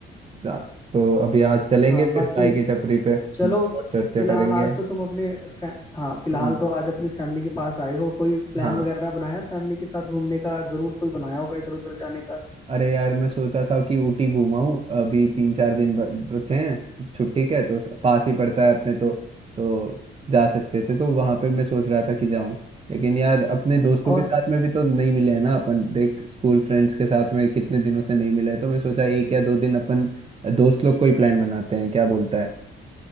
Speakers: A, on the right (about 30°); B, on the left (about 20°).
A: ना- तो अभी आज चलेंगे
B: हाँ
A: फिर
B: बाकी
A: चाय की टपरी पे
B: चलो
A: और चर्चा
B: फिलहाल
A: करेंगे
B: आज तो तुम अपने फै... हाँ फिलहाल
A: हम्म
B: तो आज अपनी फैमिली के पास आए हो कोई प्लान
A: हाँ
B: वगैरह बनाया फैमिली के साथ घूमने का जरूर कोई बनाया होगा इधर उधर जाने का
A: अरे यार मैं सोचा था कि ऊटी घूमाऊं अभी तीन चार दिन ब- बचे हैं छुट्टी के तो पास ही पड़ता है अपने तो तो जा सकते थे तो वहां पे मैं सोच रहा था कि जाऊं लेकिन यार अपने दोस्तों
B: और
A: के साथ में भी तो नहीं मिले हैं ना अपन देख स्कूल फ्रेंड्स के साथ में कितने दिनों से नहीं मिले तो मैं सोचा एक या दो दिन अपन दोस्त लोग को ही प्लान बनाते हैं क्या बोलता है